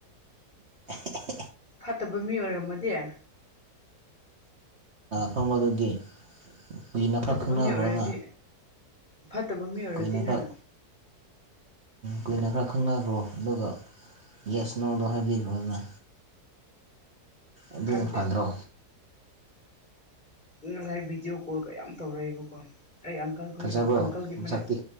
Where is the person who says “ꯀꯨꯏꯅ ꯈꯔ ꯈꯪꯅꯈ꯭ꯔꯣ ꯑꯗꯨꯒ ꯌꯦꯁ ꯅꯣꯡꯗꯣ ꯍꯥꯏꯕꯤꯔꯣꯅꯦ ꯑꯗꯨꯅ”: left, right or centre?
Right